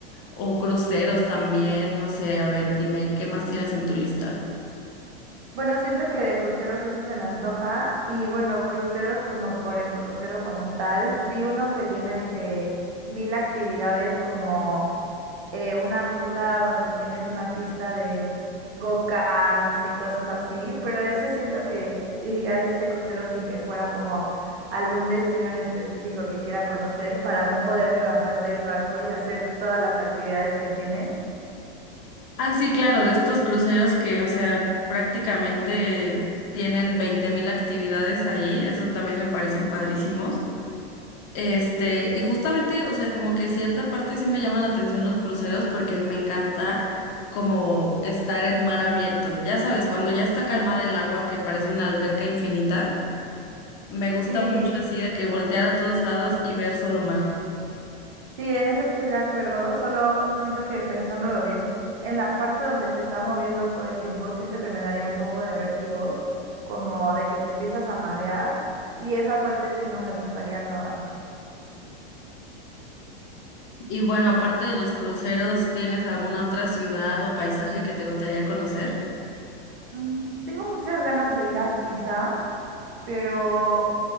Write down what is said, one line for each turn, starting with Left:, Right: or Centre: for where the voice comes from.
Left: O cruceros también, no sé, a ver, dime, ¿qué más tienes en tu lista?
Right: Bueno, siento que de cruceros ese se me antoja y bueno, cruceros como por el crucero como tal. Vi uno que tiene de que mil actividades como eh, una ruta donde tienes una pista de go-karts y cosas así, pero ese siento que iría a este crucero sin que fuera como algún destino en específico que quiera conocer para no poderme bajar del barco y hacer todas las actividades que tienen.
Left: Ah, sí, claro, de estos cruceros que, o sea, prácticamente tienen veinte mil actividades ahí, eso también me parecen padrísimos. Este, y justamente, o sea, como que cierta parte sí me llaman la atención los cruceros porque me encanta como estar en mar abierto. Ya sabes, cuando ya está calmada el agua, que parece una alberca infinita, me gusta
Right: sí
Left: mucho así de que voltear a todos lados y ver solo mar.
Right: Sí, en eso estoy de acuerdo, solo siento que pensándolo bien, en la parte donde se está moviendo todo el tiempo, siento que me daría un poco de vértigo, como de que te empiezas a marear, y esa parte sí no me gustaría nada.
Left: Y bueno, aparte de los cruceros, ¿tienes alguna otra ciudad o paisaje que te gustaría conocer?
Right: Mm, Tengo muchas ganas de ir a Suiza, pero